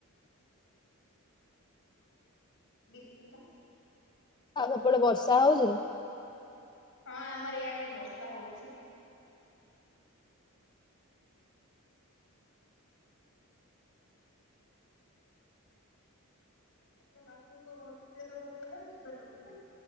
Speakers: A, on the left (about 60°); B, on the left (about 20°).
A: ଦିପ୍ତି ବା।
B: ଆଉ ସେପଟେ ବର୍ଷା ହଉଛି ନା?
A: ହଁ ଆମର ଇଆଡେ ବର୍ଷା ହଉଛି। <unintelligible>